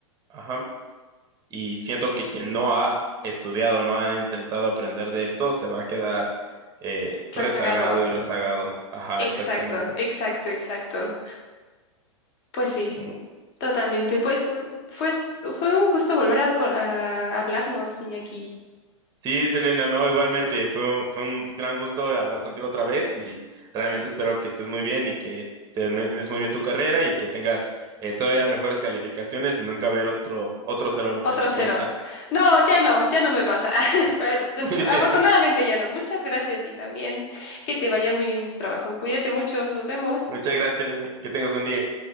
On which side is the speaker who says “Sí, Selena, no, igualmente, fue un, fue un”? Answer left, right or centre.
Right